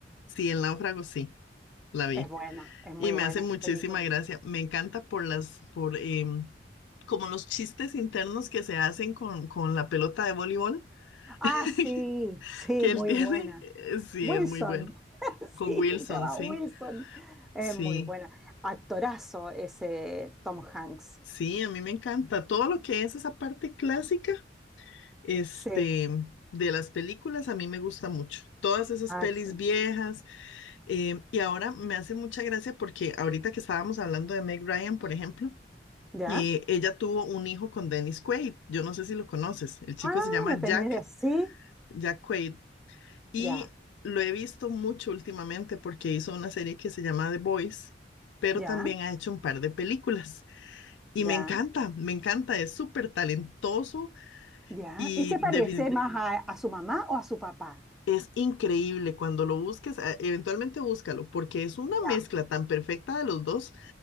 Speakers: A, on the left; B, in the centre.
A: Sí, el náufrago, sí, la vi.
B: Es buena, es muy
A: Y me
B: buena
A: hace muchísima
B: esa película.
A: gracia. Me encanta por las, por em, como los chistes internos que se hacen con, con la pelota de voleibol <laughs>
B: Ah, sí, sí,
A: que
B: muy
A: él <laughs> tiene,
B: buena.
A: eh, sí,
B: Wilson,
A: es muy bueno.
B: <laughs>
A: Con
B: sí,
A: Wilson,
B: se llama
A: sí,
B: Wilson. Es
A: sí,
B: muy buena. Actorazo ese Tom Hanks.
A: sí, a mí me encanta. Todo lo que es esa parte clásica, este,
B: Sí,
A: de las películas, a mí me gusta mucho. Todas esas
B: ah,
A: pelis
B: sí.
A: viejas. eh, y ahora me hace mucha gracia porque ahorita que estábamos hablando de Meg Ryan, por ejemplo,
B: ¿Ya?
A: eh, ella tuvo un hijo con Dennis Quaid. Yo no sé si lo conoces. El chico
B: Ah,
A: se llama
B: lo
A: Jack,
B: tenía de así.
A: Jack Quaid. Y
B: Ya,
A: lo he visto mucho últimamente porque hizo una serie que se llama The Boys pero
B: ya,
A: también ha hecho un par de películas. Y
B: ya,
A: me encanta, me encanta, es súper talentoso
B: ya.
A: y
B: ¿Y se parece
A: defini-
B: más a, a su mamá o a su papá?
A: es increíble cuando lo busques, eh, eventualmente búscalo, porque es una
B: Ya,
A: mezcla tan perfecta de los dos.